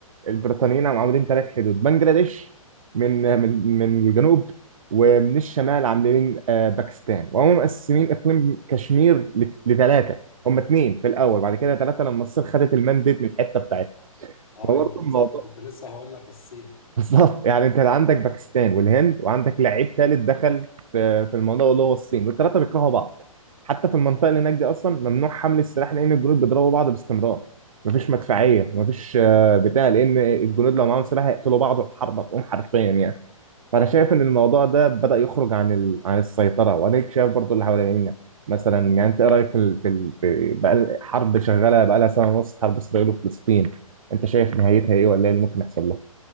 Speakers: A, on the right; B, on the left.
A: البريطانيين هم عاملين ثلاث حدود بنجلاديش من من من الجنوب ومن الشمال عاملين آه، باكستان وهم مقسمين اقليم كشمير لثلاثه هم اثنين في الاول بعد كده ثلاثه لما الصين خدت المانديت من الحته بتاعتها
B: آه،
A: فبرضه
B: ايوه بالظبط
A: الموضوع
B: كنت لسه هقول لك الصين
A: بالظبط يعني انت عندك
B: اه
A: باكستان والهند وعندك لعيب ثالث دخل في في الموضوع اللي هو الصين والثلاثه بيكرهوا بعض حتى في المنطقه اللي هناك دي اصلا ممنوع حمل السلاح لان الجنود بيضربوا بعض باستمرار مفيش مدفعيه مفيش آه، بتاع لان الجنود لو معاهم سلاح هيقتلوا بعض والحرب هتقوم حرفيا يعني
B: اه
A: فانا شايف ان الموضوع ده بدا يخرج عن ال... عن السيطره وانا شايف برضو اللي حوالينا مثلا يعني انت ايه رايك في ال... في, ال... في بقى حرب شغاله بقى لها سنه ونص حرب اسرائيل وفلسطين انت شايف نهايتها ايه ولا ايه اللي ممكن يحصل لها؟